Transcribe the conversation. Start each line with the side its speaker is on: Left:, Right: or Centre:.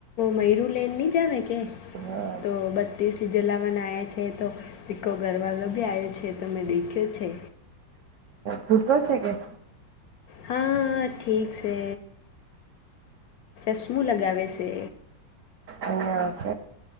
Left: મયર લેન ની જામે કે
Right: હા
Left: તો બતીસ જલાવન આયા છે તો પકો ઘરવાલો બી આવ્યો છે તમે દેખ્યો છે
Right: ફૂટતો છે કે
Left: હા ઠીક છે ચશ્મું લગાવે છે
Right: અયા ક